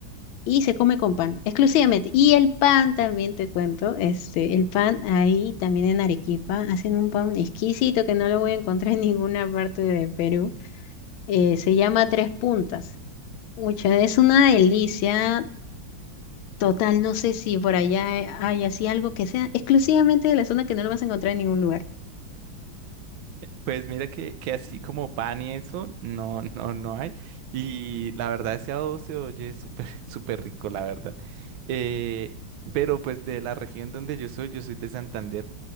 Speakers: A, on the left; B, on the right.
A: y se come con pan, exclusivamente. Y el pan también te cuento, este, el pan ahí también en Arequipa, hacen un pan exquisito que no lo voy a encontrar en ninguna parte de Perú. eh, se llama Tres Puntas. Mucha, es una delicia total, no sé si por allá hay así algo que sea exclusivamente de la zona que no lo vas a encontrar en ningún lugar.
B: Pues mira que, que así como pan y eso, no, no, no hay. Y la verdad, ese adobo se oye súper, <laughs> súper rico, la verdad. Eh, pero pues de la región donde yo soy, yo soy de Santander.